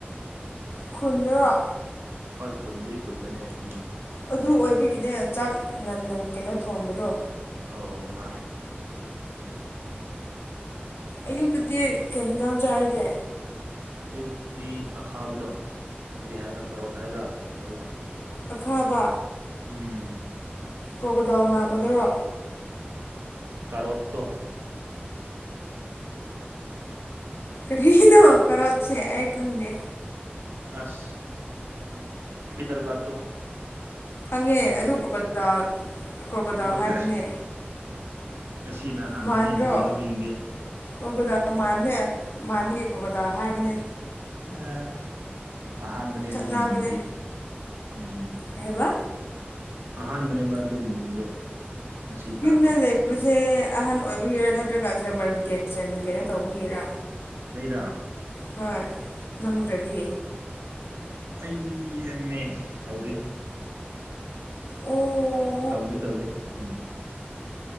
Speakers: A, on the left; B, on the right.
A: ꯈꯨꯟꯗꯨꯔꯣ
B: ꯍꯣꯏ ꯈꯨꯟꯕꯨꯗꯤ ꯈꯨꯟꯗꯅꯦ ꯎꯝ
A: ꯑꯗꯨ ꯑꯣꯏꯕꯒꯤꯅꯦ ꯆꯥꯛ ꯉꯟꯅ ꯀꯩꯅꯣ ꯊꯣꯡꯕꯗꯣ
B: ꯑꯧ ꯃꯥꯅꯦ
A: ꯑꯌꯨꯛꯇꯗꯤ ꯀꯩ ꯌꯦꯟꯖꯥꯡ ꯆꯥꯔꯒꯦ
B: ꯑꯌꯨꯛꯇꯤ ꯑꯈꯥꯕꯗꯣ ꯀꯔꯤ ꯍꯥꯏꯕ꯭ꯔꯥ ꯀꯥꯔꯣꯠ ꯍꯥꯏꯕ꯭ꯔꯥ ꯀꯔꯤ ꯍꯥꯏꯕ꯭ꯔꯥ
A: ꯑꯈꯥꯕ
B: ꯎꯝ
A: ꯀꯣꯔꯒꯣꯗꯥꯟ ꯃꯥꯟꯕꯗꯨꯔꯣ
B: ꯀꯔꯣꯠꯇꯣ
A: ꯀꯔꯤꯅꯣ ꯀꯔꯣꯠꯁꯦ ꯑꯩ ꯈꯪꯗꯦ
B: ꯑꯁ ꯗꯔꯒꯥ <unintelligible> ꯇꯨ
A: ꯈꯪꯉꯦ ꯑꯗꯨ ꯀꯣꯔꯒꯣꯗꯥꯟ ꯀꯣꯔꯒꯣꯗꯥꯟ
B: ꯀ꯭ꯔꯣꯒꯠꯇ
A: ꯍꯥꯏꯕꯅꯦ
B: ꯉꯁꯤꯅ ꯑꯍꯥꯟꯕꯅꯦꯍꯦ
A: ꯃꯥꯟꯗꯔꯣ
B: ꯑꯗꯨꯒꯨꯝꯕ ꯃꯤꯡꯗꯤ
A: ꯀꯣꯔꯒꯣꯗꯥꯟ ꯃꯥꯟꯕꯅꯦ ꯃꯥꯏꯕꯒꯤ ꯀꯣꯔꯒꯣꯗꯥꯟ ꯍꯥꯏꯕꯅꯦ
B: ꯑꯥ ꯑꯍꯥꯟꯕꯅꯦ
A: ꯆꯠꯅꯕꯅꯦ
B: ꯑꯗꯨꯒꯤ ꯃꯤꯡꯗꯤ ꯎꯝ
A: ꯀꯩ ꯍꯥꯏꯕ
B: ꯑꯍꯥꯟꯕꯅꯦꯕ ꯑꯗꯨꯒꯤ ꯃꯤꯡꯗꯣ ꯉꯁꯤ ꯇꯥꯕ
A: ꯌꯨꯝꯗ ꯂꯩꯕꯁꯦ ꯑꯍꯟ ꯑꯣꯏꯕꯒꯤꯔ ꯅꯠꯇ꯭ꯔꯒ ꯁꯥꯃꯔ ꯚꯤꯀꯦꯁꯟ ꯀꯩꯅꯣ ꯇꯧꯕꯒꯤꯔꯥ
B: ꯑꯩꯔꯥ
A: ꯍꯣꯏ ꯅꯪ ꯅꯠꯇ꯭ꯔꯗꯤ
B: ꯑꯩ ꯑꯦꯝ ꯑꯦ ꯇꯧꯔꯤ
A: ꯑꯣ
B: ꯇꯧꯒꯦ ꯇꯧꯔꯤ ꯍꯦꯃꯦ